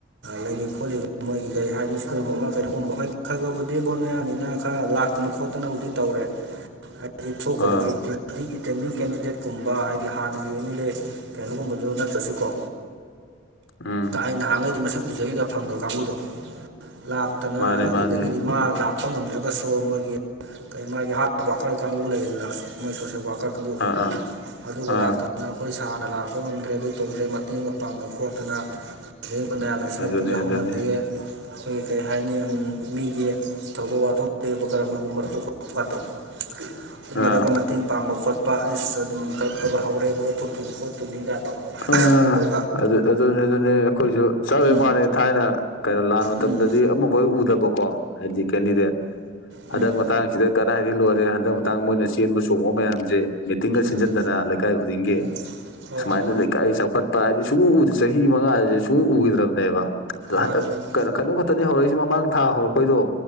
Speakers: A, on the right; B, on the left.
A: ꯂꯩ ꯈꯣꯠꯂꯤ ꯃꯣꯏꯒꯤ ꯀꯩ ꯍꯥꯏꯅꯤ ꯁ꯭ꯀꯨꯜꯒꯨꯝꯕ ꯀꯩꯅꯣꯒꯨꯝꯕ ꯍꯣꯏ ꯈꯔꯒꯕꯨꯗꯤ ꯕꯣ ꯃꯌꯥꯅꯤꯅ ꯈꯔ ꯂꯥꯛ ꯐꯠꯇꯅ ꯈꯣꯠꯇꯅꯕꯨꯗꯤ ꯇꯧꯔꯦ ꯍꯥꯏꯗꯤ ꯊꯣꯛꯀꯗ
B: ꯑꯥ
A: ꯏꯇꯦꯟꯗꯤꯡ ꯀꯦꯟꯗꯤꯗꯦꯠꯀꯨꯝꯕ ꯍꯥꯏꯗꯤ ꯍꯥꯟꯅꯒꯤ ꯀꯩꯅꯣꯒꯨꯝꯕꯗꯣ ꯅꯠꯇ꯭ꯔꯁꯨꯀꯣ
B: ꯑ
A: ꯑꯩ ꯅꯍꯥꯟꯈꯩꯗꯤ ꯃꯁꯛ ꯎꯖꯦꯗ ꯐꯪꯗꯕ ꯀꯥꯡꯕꯨꯗꯣ ꯂꯥꯛꯇꯅ
B: ꯃꯥꯅꯦ
A: ꯑꯗꯨꯗꯒꯤꯗꯤ
B: ꯃꯥꯅꯦ
A: ꯃꯥ ꯂꯥꯛ ꯍꯥꯞꯄ ꯉꯝꯗ꯭ꯔꯒꯁꯨ ꯃꯣꯏꯒꯤ ꯀꯔꯤ ꯃꯥꯒꯤ ꯍꯥꯔꯠ ꯋꯥꯀꯔ ꯀꯥꯡꯕꯨ ꯂꯩꯗꯅ ꯃꯣꯏ ꯁꯣꯁꯦꯜ ꯋꯥꯀꯔ ꯑꯗꯨ
B: ꯑꯥ ꯑꯥ
A: ꯑꯗꯨꯒ
B: ꯑꯥ
A: ꯂꯥꯛꯇꯗꯅ ꯑꯩꯈꯣꯏ ꯁꯥꯔꯅ ꯂꯥꯛꯄ ꯉꯝꯗ꯭ꯔꯦ ꯑꯗꯨ ꯇꯧꯗ꯭ꯔꯦ ꯃꯇꯦꯡꯒ ꯄꯥꯡꯗꯅ ꯈꯣꯠꯇꯅ ꯑꯗꯒꯤ ꯚꯣꯠ ꯃꯌꯥ ꯅꯛꯁꯤꯜꯂꯛꯄꯒꯤ
B: ꯑꯗꯨꯅꯤ
A: ꯍꯧꯅꯕꯤ
B: ꯑꯗꯨꯅꯤ
A: ꯑꯈꯣꯏ ꯀꯔꯤ ꯍꯥꯏꯅꯤ ꯎꯝ ꯃꯤꯒꯤ ꯊꯧꯗꯣꯛ ꯋꯥꯊꯣꯛ ꯗꯦꯕ ꯀꯔꯃꯒꯨꯝꯕ ꯈꯠꯇꯣꯛ ꯀꯥꯗꯣ ꯑꯗꯨꯝꯕꯗꯒ
B: ꯑꯥ
A: ꯃꯇꯦꯡ ꯄꯥꯡꯕ ꯈꯣꯠꯄ ꯑꯩꯁ ꯑꯗꯨꯝ ꯇꯧ ꯑꯕ ꯍꯧꯔꯦ ꯕꯣꯠ ꯊꯣꯛꯇꯣꯏꯅꯤ ꯈꯣꯠꯇꯣꯏꯅꯤꯒ ꯇꯧꯔꯒ
B: ꯑꯥ
A: ꯇꯧꯔꯒ
B: ꯑꯗꯨ ꯑꯗꯨꯅꯤ ꯑꯗꯨꯅꯤ ꯑꯩꯈꯣꯏꯁꯨ ꯆꯞꯋꯦ
A: ꯎꯝ
B: ꯃꯥꯟꯂꯩ ꯊꯥꯏꯅ ꯀꯩꯅꯣ ꯂꯥꯟ ꯃꯇꯝꯗꯗꯤ
A: ꯎꯝ
B: ꯑꯃꯕꯨꯣꯏ ꯎꯗꯕꯀꯣ ꯍꯥꯏꯗꯤ ꯀꯦꯟꯗꯤꯗꯦꯠ
A: ꯎꯝ
B: ꯍꯟꯗꯛ ꯃꯇꯥꯡꯁꯤꯗ ꯀꯗꯥꯏꯗꯒꯤ ꯂꯣꯏꯔꯦ ꯍꯟꯗꯛ ꯃꯇꯥꯡ ꯃꯣꯏꯅ ꯆꯦꯟꯕ ꯆꯣꯡꯕ ꯃꯌꯥꯝꯁꯦ ꯃꯤꯇꯤꯡꯒ ꯁꯤꯟꯖꯟꯗꯅ
A: ꯎꯝ
B: ꯂꯩꯀꯥꯏ ꯈꯨꯗꯤꯡꯒꯤ
A: ꯎꯝ
B: ꯁꯨꯃꯥꯏꯅ
A: ꯍꯣꯏ ꯍꯣꯏ
B: ꯂꯩꯀꯥꯏ ꯆꯥꯎꯈꯠꯄ ꯍꯥꯏꯗꯤ ꯁꯨꯡꯎꯗ ꯆꯍꯤ ꯃꯉꯥ ꯁꯨꯡꯎꯈꯤꯗ꯭ꯔꯕꯅꯦꯕ ꯑꯗꯣ
A: ꯃꯥꯅꯤ
B: ꯍꯟꯗꯛꯩꯅꯣ
A: ꯃꯥꯅꯤ
B: ꯀꯩꯅꯣ ꯈꯛꯇꯅꯤ ꯍꯧꯔꯛꯏꯁꯤ ꯃꯃꯥꯡ ꯊꯥ ꯍꯧꯔꯛꯄꯩꯗꯣ